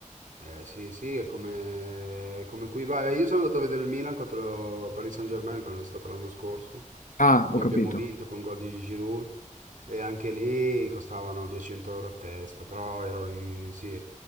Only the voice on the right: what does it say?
Eh, sì, sì, è come, come qui. Vabbè, io sono andato a vedere il Milan contro il Paris Saint-Germain quando è stato l'anno scorso,
che
abbiamo vinto con gol di Giroud e anche lì costavano 200 euro a testa, però ero in- sì,